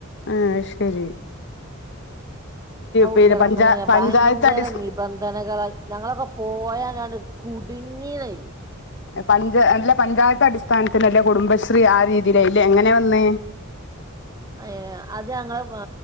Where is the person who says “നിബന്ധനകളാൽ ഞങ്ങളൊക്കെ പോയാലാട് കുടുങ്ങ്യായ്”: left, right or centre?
Right